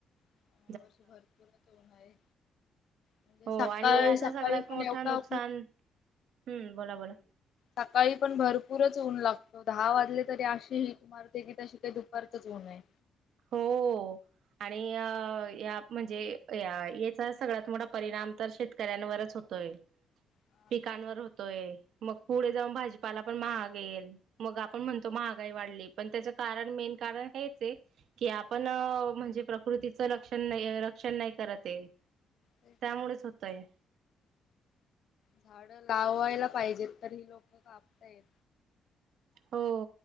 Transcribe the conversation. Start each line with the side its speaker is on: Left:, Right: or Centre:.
Left: या
Right: <inaudible>
Left: भरपूरच ऊन आहे म्हणजे
Right: हो
Left: सकाळी
Right: आणि याचा
Left: सकाळी
Right: सगळ्यात
Left: पण
Right: मोठं
Left: एवढा
Right: नुकसान हम्म बोला बोला
Left: सकाळी पण भरपूरच ऊन लागतं दहा वाजले तरी अशी हि ट वाढते कि जशी काही दुपारचंच ऊन आहे
Right: हो आणि यात म्हणजे याचा सगळ्यात मोठा परिणाम तर शेत कऱ्यांवरच होतोय
Left: हा
Right: पिकांवर
Left: तेच ना
Right: होतोय मग पुढे जाऊन भाजीपाला पण महाग येईल मग आपण म्हणतो महागाई वाढली पण त्याच कारण मेन कारण हेच आहे कि आपण म्हणजे प्रकृतीच रक्षण नाही रक्षण नाही करत हे
Left: तेच
Right: त्यामुळेच
Left: ना.
Right: होतय.
Left: झाड लावायला पाहिजेत तर ही लोक कापतायेत.
Right: हो.